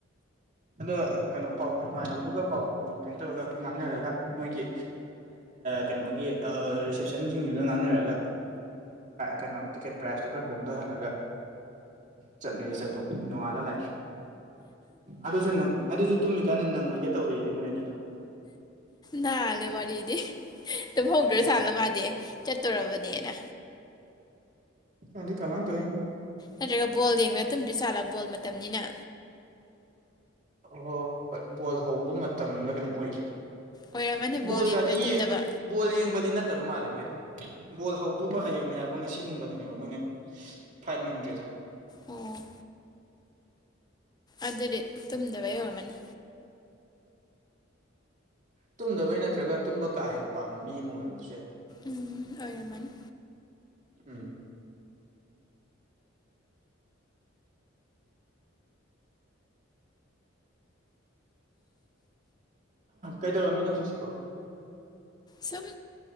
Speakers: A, on the right; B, on the left.
A: ꯑꯗꯣ ꯀꯩꯅꯣ ꯄꯥꯎ ꯏꯃꯥꯟꯅꯕꯗꯨꯒ ꯄꯥꯎ ꯀꯩꯅꯣ ꯇꯧꯔꯒ ꯉꯥꯡꯅꯔꯒ ꯃꯣꯏꯒꯤ ꯀꯩꯅꯣꯒꯤ ꯔꯤꯁꯦꯞꯁꯟꯁꯤꯡꯗꯨꯗ ꯉꯥꯡꯅꯔꯒ ꯀꯩꯅꯣ ꯇꯤꯛꯀꯦꯠ ꯄ꯭ꯔꯥꯏꯁꯇꯣ ꯈꯔ ꯍꯣꯡꯗꯍꯜꯂꯒ ꯆꯠꯂꯤꯌꯦ ꯆꯠꯄꯕꯨꯗꯤ ꯅꯣꯉꯥꯜꯂ ꯂꯥꯛꯌꯦ ꯑꯗꯨꯁꯨ ꯅꯪ ꯑꯗꯨꯁꯨ ꯇꯨꯝꯃꯤꯀꯥꯟꯗ ꯅꯪꯉꯣꯏꯒꯦ ꯇꯧꯋꯦꯋꯦ ꯃꯣꯏ ꯑꯅꯤꯗꯣ
B: ꯅꯥꯜꯂꯦ ꯋꯥꯔꯤꯗꯤ ꯇꯨꯝꯍꯧꯗ꯭ꯔꯥꯖꯠꯂ
A: ꯎꯝ
B: ꯃꯥꯗꯤ ꯆꯠꯇꯣꯔꯕꯅꯤꯅ
A: ꯈꯪꯗꯦ ꯀꯃꯥꯏ ꯇꯧꯔꯤꯅꯣ
B: ꯅꯠꯇ꯭ꯔꯒ ꯕꯣꯜ ꯌꯦꯡꯕꯗ ꯇꯨꯝꯗꯔꯤꯖꯠꯂ ꯕꯣꯜ ꯃꯇꯝꯅꯤꯅ
A: ꯍꯣꯢ ꯍꯣꯏ ꯍꯣꯏ ꯕꯣꯜ ꯍꯧꯕ ꯃꯇꯝꯂ ꯀꯩꯅꯣꯝ ꯑꯣꯏꯈꯤꯕꯅꯦ
B: ꯑꯣꯏꯔꯝꯃꯅꯤ ꯕꯣꯜ
A: ꯕꯣꯜꯒꯗꯤ
B: ꯌꯦꯡꯕꯗ
A: ꯌꯦꯡ
B: ꯇꯨꯝꯗꯕ
A: ꯕꯣꯜ ꯌꯦꯡꯕꯗꯤ ꯅꯠꯇꯕ ꯃꯥꯜꯂꯦ ꯃꯥꯏꯗꯣ ꯕꯣꯜ ꯍꯧꯗꯨꯕ ꯍꯥꯌꯦꯡꯅꯦ ꯍꯥꯏꯕ ꯉꯁꯤꯒꯨꯝꯕꯗꯅꯦꯕ ꯃꯣꯏꯅ ꯐꯥ꯭ꯔꯏꯠ ꯅꯪꯗ꯭ꯔꯤꯗꯣ
B: ꯑꯣ ꯑꯗꯨꯗꯤ ꯇꯨꯝꯗꯕ ꯑꯣꯢꯔꯝꯃꯅꯤ
A: ꯇꯨꯝꯗꯕꯩ ꯅꯠꯇ꯭ꯔꯒ ꯇꯨꯝꯕ ꯀꯥ ꯍꯦꯟꯅ ꯄꯥꯝꯕ ꯃꯤ ꯑꯃ ꯑꯣꯏꯔꯝꯕꯁꯨ ꯌꯥꯏ
B: ꯎꯝ ꯑꯣꯏꯔꯝꯃꯅꯤ
A: ꯎꯝ ꯀꯩꯗꯧꯔꯝꯃꯤꯅꯣ ꯍꯧꯖꯤꯛꯁꯤꯕꯣ
B: ꯁꯨꯝ